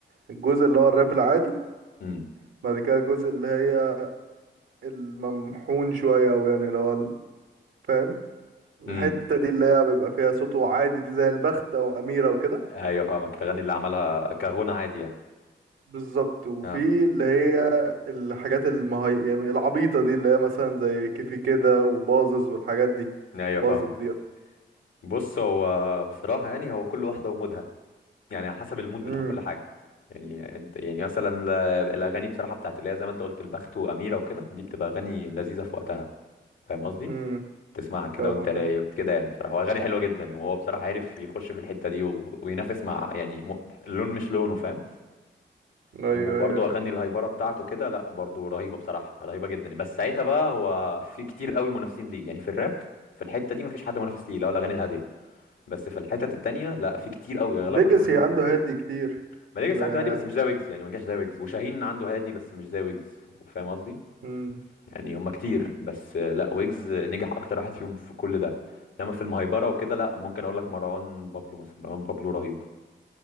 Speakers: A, on the right; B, on the left.
A: الجزء اللي هو الراب العادي
B: امم
A: بعد كده الجزء اللي هي الممحون شوية او يعني اللي هو ال- فاهم الحتة
B: امم
A: دي اللي هي بيبقى فيها صوته عادي دي زي البخت أو أميرة وكده
B: ايوه فاهمك الاغاني اللي عملها كغنى عادي يعني
A: بالظبط وفي
B: اه
A: اللي هي الحاجات المهي... يعني العبيطة دي اللي هي مثلا زي كيفي كده وبازز والحاجات دي
B: ايوه
A: باظت
B: فاهمك
A: دي
B: بص هو بصراحه يعني هو كل واحده ومودها يعني على حسب المود
A: امم
B: بتاع كل حاجه يعني انت يعني مثلا ال- الاغاني بصراحه بتاعت اللي هي زي ما انت قلت البخت واميره وكده دي بتبقى اغاني لذيذه في وقتها فاهم قصدي
A: امم
B: تسمعها كده
A: فاهمك
B: وانت رايق
A: اه.
B: كده يعني بصراحه واغاني حلوه جدا وهو بصراحه عارف يخش في الحته دي و... وينافس مع يعني م... لون مش لونه فاهم
A: ايوه
B: وبرضه
A: ايوه ايوه
B: اغاني الهيبره بتاعته كده لا برضه رهيبه بصراحه رهيبه جدا بس ساعتها بقى هو في كتير قوي منافسين ليه يعني في الراب في الحته دي مفيش حد منافس ليه اللي هو الاغاني الهاديه بس في الحتت التانيه لا في كتير قوي اغلبهم
A: ديجاسي
B: كلهم
A: عنده
B: منافسين
A: هادي كتير
B: ماليجيس
A: زي
B: عنده
A: انا
B: هادي بس مش زي ويجز يعني ما نجحش زي ويجز وشاهين عنده هادي بس مش زي ويجز فاهم قصدي
A: امم
B: يعني هما كتير بس آه، لا ويجز نجح اكتر واحد فيهم في كل ده انما في المهيبره وكده لا ممكن اقول لك مروان بابلو مثلا مروان بابلو رهيب